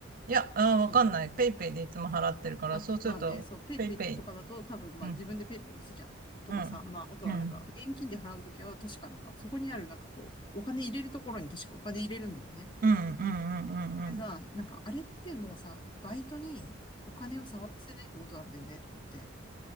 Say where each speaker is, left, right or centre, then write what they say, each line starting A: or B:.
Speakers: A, on the right (about 45°); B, on the left (about 25°).
A: いや、あー、わかんない。
B: うん。
A: ペイペイでいつも払ってるから、
B: あ、
A: そうすると、
B: まあね、そう、ペイペイとかだと多分、
A: ペイペイ、
B: まあ自分でペイペイ押すじゃん。
A: うん、
B: とかさ、
A: うん、
B: まあ、あとはなんか、
A: うん、
B: 現金で払うときは確かなんか、そこにあるなんかこう、お金入れるところに確かお金入れるんだよね。
A: うん、うん、うん、うん、
B: でさ、
A: うん。
B: なんかあれってもうさ、バイトにお金を触らせないってことなんだよね、と思って。